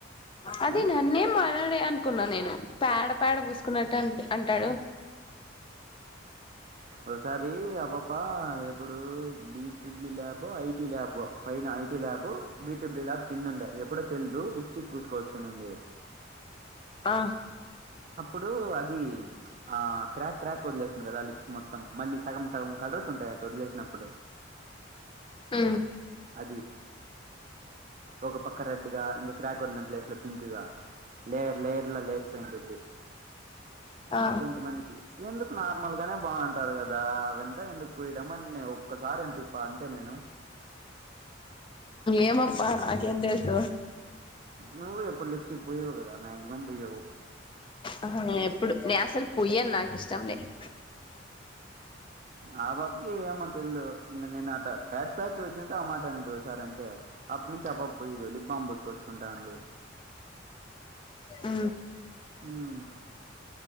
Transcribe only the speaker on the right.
ఆ?
ఒకసారి అ పాప ఎప్పుడు బి త్రీబుల్ ఇ ల్యాబో ఐటీ ల్యాబో పైన IT lab B to B lab కిందండే ఎప్పుడో తెలుదు లిప్స్టిక్ పూసుకోవచ్చునింది
అప్పుడు అది ఆ క్రాక్ క్రాక్ వదిలేస్తుడు కదా లిప్స్ మొత్తం మళ్ళీ సగం సగం కలర్స్ ఉంటాయి అట్టు వదిలేసినప్పుడు
అది ఒక పక్క రెడ్ గా ఇంకా క్రాక్ వదిలేం ప్లేస్ లో పింక్ గా లేయర్ లేేయర్లలా లేస్ పెయింట్
కొంతమందికి ఎందుకు నార్మల్ గానే బాగుంటుంది ఉంటారు కదా అ వెంత ఎందుకు పయడ అని ఒక్కసార అంటే ఇప్ప అంతే నేను
నువ్వు ఎప్పుడు లిప్స్టిక్ పోవు కదా మాక్సిమం పోయ్యవు
ఆ బాబకి ఏమో తెలిదు ఇంక నేను ప్యాచ్ ప్యాచ్ వచ్చింటే ఆ మాట అనిట్ సారి అంటే అప్పటి నుంచి అబ పోయిదు <unintelligible> సుకొచ్చుకుంటా అంది
ఉహ్